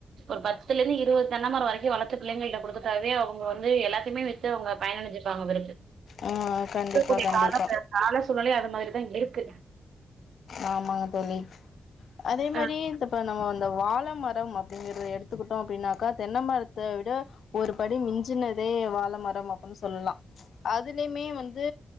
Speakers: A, on the right (about 80°); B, on the left (about 75°).
A: ஒரு பத்துலந்து இருபது தென்னைமர வரைக்கு வளத்து பிள்ளைங்கள்ட்ட குடுத்துட்டாவே அவங்க வந்து எல்லாத்தையுமே வித்து அவங்க பயனட சிப்பாங்க
B: ஆ
A: இருக்கக்கூடிய
B: கண்டிப்பா கண்டிப்பா
A: கால கால சூழ்நிலை அது மாரிதா இருக்கு
B: ஆமாங்க தோழி அதே மாரி
A: ஆ
B: இந்த ப்ப நம்ம வாழை மர ம் அப்டிங்கற எடுத்துக்கிட்டோம் அப்டின்னாக்கா தென்னமரத்த விட ஒரு படி மிஞ்சினதே வாழ மரம் அப்புன் சொல்லலா அதுலயுமே வந்து